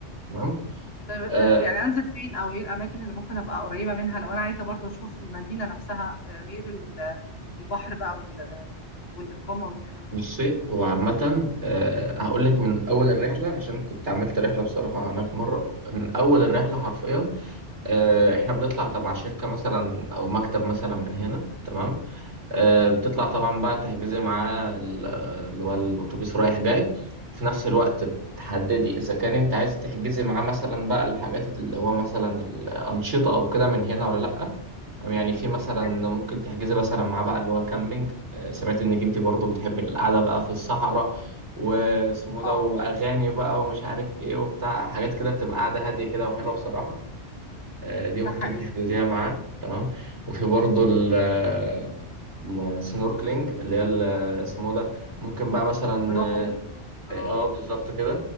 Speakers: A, on the right (about 80°); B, on the left (about 60°).
A: تمام
B: طيب آه،
A: آه
B: يعني انزل فين او ايه الاماكن اللي ممكن ابقى قريبة منها لو انا عايزة برضو اشوف المدينة نفسها آه، غير ال- البحر بقى وال- والاقامة والكلام
A: بصي
B: ده
A: هو عامة آه هقول لك من أول الرحلة عشان كنت عملت رحلة بصراحة هناك مرة من أول الرحلة حرفيا آه إحنا بنطلع تبع شركة مثلا أو مكتب مثلا من هنا تمام آه، بتطلع طبعا بقى تحجزي معاه ال- اللي هو الأتوبيس رايح جاي في نفس الوقت بتحددي إذا كان أنت عايز تحجزي معاه مثلا بقى الحاجات اللي هو مثلا الأنشطة أو كده من هنا ولا لأ أو يعني في مثلا
B: حلو
A: ممكن تحجزي مثلا معاه بقى اللي هو كامبينج آه، سمعت إنك أنت برضو بتحبي القعدة بقى في الصحراء واسمه ده
B: اه
A: وأغاني بقى ومش عارف إيه وبتاع حاجات كده بتبقى قاعدة هادية كده وحلوة بصراحة آه، دي
B: ده
A: ممكن
B: حقيقي
A: تحجزيها معاه تمام وفي برضه ال آه، السنوركلينج اللي هي ال- آه، اسمه ده ممكن بقى مثلا
B: البلو
A: اه
B: هول
A: آه،
B: اه
A: بالظبط كده